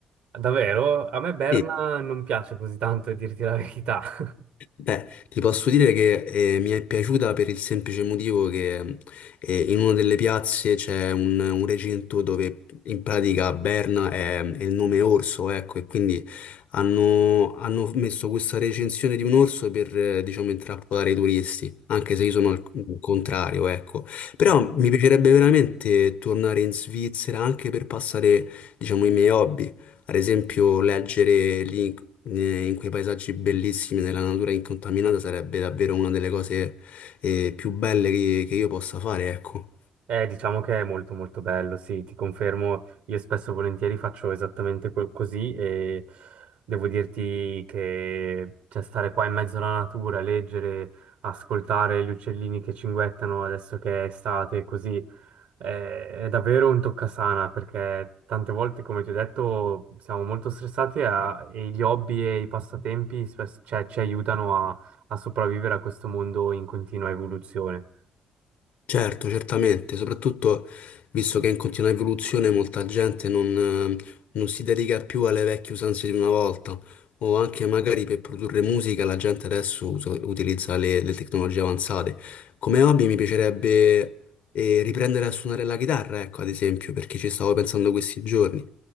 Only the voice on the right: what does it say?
davvero? A me Berna
non piace così tanto, a dirti la verità. <laughs>
Sì.
Eh, diciamo che è molto molto bello, sì, ti confermo, io spesso e volentieri faccio esattamente quel- così e devo dirti che cioè, stare qua in mezzo alla natura, leggere, ascoltare gli uccellini che cinguettano adesso che è estate, così eh, è davvero un toccasana perché tante volte, come ti ho detto, siamo molto stressati a- e gli hobby e i passatempi spes- cioè, ci aiutano a a sopravvivere a questo mondo in continua evoluzione.